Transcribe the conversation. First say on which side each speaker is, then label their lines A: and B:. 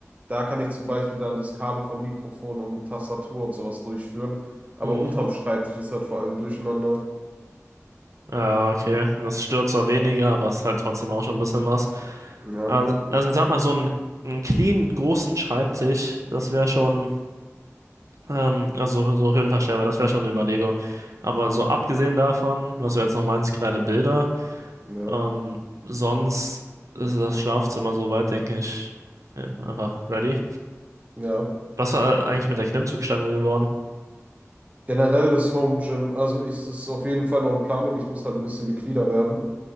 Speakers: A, on the right; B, on the right.
A: Da kann ich zum Beispiel dann das Kabel vom Mikrofon und Tastatur und sowas durchführen. Aber
B: Hm.
A: unterm Schreibtisch ist halt vor allem durcheinander.
B: Ja, okay. Das stört zwar weniger, aber es ist halt trotzdem auch schon ein bisschen was.
A: Ja,
B: Also, also ich sag mal, so einen, einen clean, großen Schreibtisch, das wäre schon. Ähm, also so höhenverstellbar, das wäre schon eine Überlegung. Aber so abgesehen davon, was du jetzt noch meinst, kleine Bilder,
A: ja,
B: ähm, sonst ist das Schlafzimmer soweit, denke ich, äh, einfach ready.
A: ja.
B: Was war eigentlich mit der Klimmzugstange geworden?
A: Generell das Home Gym, also ist es auf jeden Fall noch in Planung. Ich muss halt ein bisschen liquider werden.